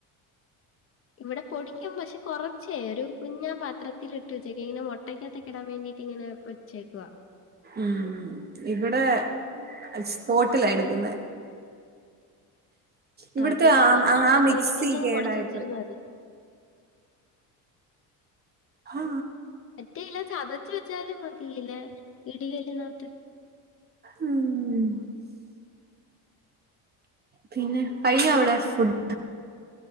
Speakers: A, on the left (about 35°); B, on the right (about 25°).
A: ഇവിടെ പൊടിക്കാൻ പക്ഷെ കൊറച്ചേ ഒരു കുഞ്ഞാ പാത്രത്തിലിട്ട് ഉച്ചക്കേനു മുട്ടക്കകൊത്തൊക്കെടാൻ വേണ്ടീട്ട് ഇങ്ങനെ വച്ചേക്കവാ
B: ഉം ഇവിടെ സ്പോട്ടില എടുക്കുന്നെ ഇവിടുത്തെ
A: അത് നീ
B: ആ
A: കൊറച്ച്
B: ആ മിക്സി
A: ഒരുമിച്ചങ്ങ്
B: കേടായിട്ട്
A: പൊടിച്ച് വെച്ചിരുന്നാ മതി
B: ആ
A: മറ്റേയില്ല ചതച്ച വെച്ചാലും മതിയില്ലേ ഇടിയലിനാത്ത്
B: ഉം പിന്നെ കഴിഞ്ഞ അവിടെ ഫുഡ്